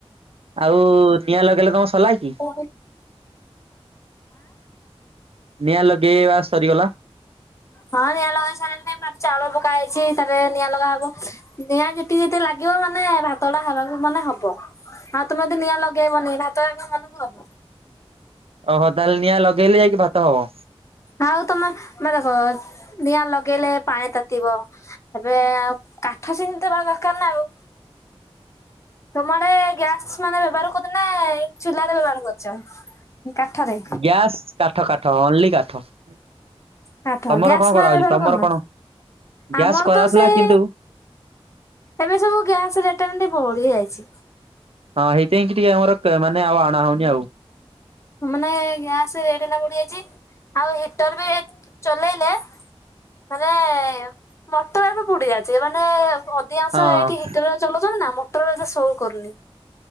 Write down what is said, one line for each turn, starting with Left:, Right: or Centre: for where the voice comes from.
Right: ଆଉ-ଉ-ଉ ନିଆଁ ଲଗେଇଲେ ତମ ସଲା କି?
Left: ଆଁ?
Right: ନିଆଁ ଲଗେଇବା ସରିଗଲା।
Left: ହଁ ନିଆଁ ଲଗା ସରିଗଲାଣି <unintelligible> ଚାଉଳ ପକା ହେଇଛି ତାପରେ ନିଆଁ ଲଗା ହବ। ନିଆଁ ଯେତିକି ଯେତିକି ଲାଗିବ ମାନେ ଭାତଟା ହେବାକୁ ମାନେ ହବ। ହଁ ତମେ ଯଦି ନିଆଁ ଲଗେଇବନି ଭାତ ଆଉ କଣ ମନକୁ ହବ।
Right: ଓହୋଃ ତାହେଲେ ନିଆଁ ଲଗେଇଲେ ଯାଇକି ଭାତ ହବ?
Left: ଆଉ ତମେ ମ ଦେଖ ନିଆଁ ଲଗେଇଲେ ପାଣି ତାତିିବ। ତାପରେ-ଏ-ଏ ଆଉ କାଠ ସେମିତି ଥିବା ଦରକାର ନା ଆଉ। ତମ ଆଡେ-ଏ-ଏ ଗ୍ୟାସ୍ ମାନେ ବ୍ୟବହାର କରୁଛନ୍ତି ନା ଏମ୍ ଚୁଲାରେ ବ୍ୟବହାର କରୁଚ? କାଠରେ?
Right: ଗ୍ୟାସ୍, କାଠ-କାଠ ଓନଲି କାଠ। ତମର
Left: କାଠ ଗ୍ୟାସ
Right: କଣ କରା
Left: ମାନେ
Right: ହଉଛି
Left: ବ୍ୟବହାର
Right: ତମର
Left: କରୁନ?
Right: କଣ?
Left: ଆମର
Right: ଗ୍ୟାସ କରା
Left: ତ
Right: ହଉଥିଲା
Left: ସେଇ
Right: କିନ୍ତୁ
Left: ଏବେ ସବୁ ଗ୍ୟାସ ରେଟ୍ ଟା କେମିତି ବଢି ଯାଇଛି।
Right: ହଁ ହେଇଥି ପାଇଁ କି ଟିକେ ଆମର ମାନେ ଆଉ ଅଣା ହଉନି ଆଉ।
Left: ମାନେ ଗ୍ୟାସ ରେଟ୍ ଏଇନା ବଢି ଯାଇଚି, ଆଉ ହିଟର ବି ଚଲେଇଲେ ମାନେ-ଏ-ଏ ମଟର ଗୁଡାକ ପୋଡି ଯାଉଚି ମାନେ ଅ ଧିକାଂଶ
Right: ହଁ
Left: ଏଠି ହିଟର ଚଲଉଚନ୍ତି ନା ମଟର ଏଠି ସୋ କରୁନି।